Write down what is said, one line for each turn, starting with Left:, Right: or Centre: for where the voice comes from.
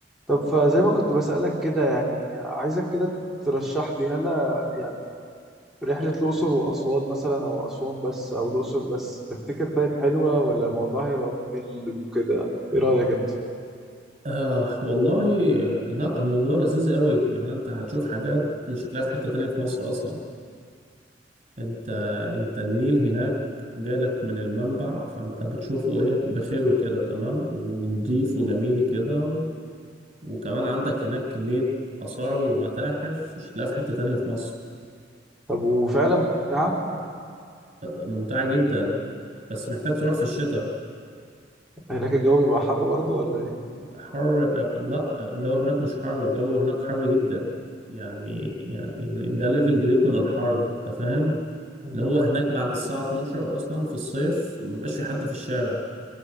Centre: طب فزي ما كنت بسألك كده يعني عايزك كده ترشح لي هلا يعني رحلة الأقصر وأسوان مثلا أو أسوان بس أو الأقصر بس تفتكر طيب حلوة ولا الموضوع هيبقى ممل وكده إيه رأيك أنت؟
Right: آه والله لا الموضوع لذيذ قوي يعني انت هتشوف حاجات مش هتلاقيها في حتة تانية في مصر اصلا انت انت النيل هناك جالك من المنبع فانت بتشوفه ايه بخير كده تمام ونضيف وجميل كده و... وكمان عندك هناك كمية آثار ومتاحف مش هتلاقيها في حتة تانية في مصر
Centre: طب وفعلا ممتعة
Right: وممتعة جدا بس محتاج تروح في الشتاء
Centre: هناك الجو بيبقى حر برضه ولا إيه؟
Right: حر لا الجو هناك مش حر الجو هناك حر جدا يعني يعني يعني ده ليفل جديد من الحر انت فاهم
Centre: مم.
Right: اللي هو هناك بعد الساعة 12 اصلا في الصيف مبيبقاش في حد في الشارع